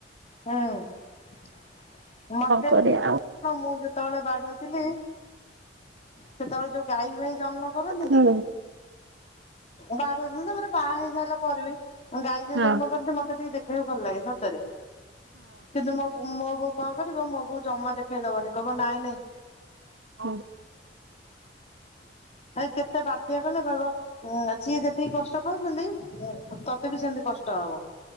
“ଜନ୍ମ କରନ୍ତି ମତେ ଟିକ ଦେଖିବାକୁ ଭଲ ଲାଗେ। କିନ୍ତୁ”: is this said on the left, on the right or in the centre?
Left